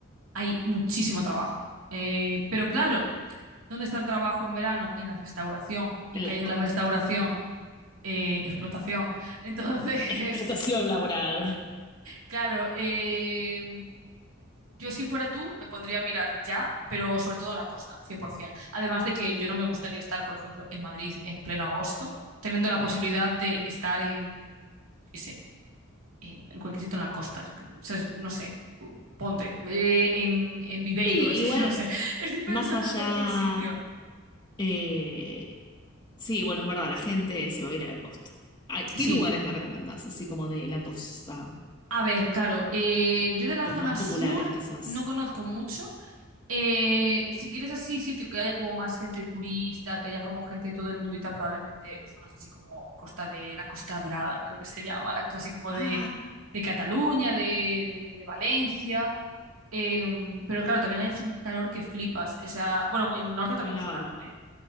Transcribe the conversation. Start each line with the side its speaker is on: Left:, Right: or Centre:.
Right: hay muchísimo trabajo. Eh, pero claro, ¿dónde está el trabajo en verano? En la restauración. ¿Y
Left: la
Right: qué hay en
Left: costa.
Right: la restauración? Eh, explotación. Entonces,
Left: Explotación
Right: <laughs>
Left: laboral.
Right: Claro, eh, yo si fuera tú me podría mirar ya, pero sobre todo la costa, 100%. Además de que yo no me gustaría estar, por ejemplo, en Madrid en pleno agosto, teniendo la posibilidad de estar en, yo qué sé, en, en cualquier sitio en la costa, yo que- o sea, es- no sé, ponte, eh, en, en Viveiro,
Left: Sí,
Right: <laughs> es
Left: igual,
Right: que no sé, <laughs> estoy pensando
Left: más allá.
Right: en cualquier sitio.
Left: eh, Sí, bueno, es verdad, la gente se va a ir a la costa. Ay,
Right: Sí,
Left: ¿qué lugares me recomendás? Así como de la costa.
Right: A ver, claro, eh, yo de la
Left: Los
Right: zona
Left: más populares,
Right: sur
Left: quizás.
Right: no conozco mucho. Eh, si quieres así sitio que haya como más gente turista, que haya como gente de todo el mundo y tal, probablemente zonas así como Costa de la Costa Dorada, creo que se llama, la cosa así como
Left: Ah,
Right: de, de Cataluña, de, de- de Valencia. Eh, pero claro, también hay así un calor que flipas. O sea, bueno, en el norte también
Left: claro.
Right: hace calor, ¿eh?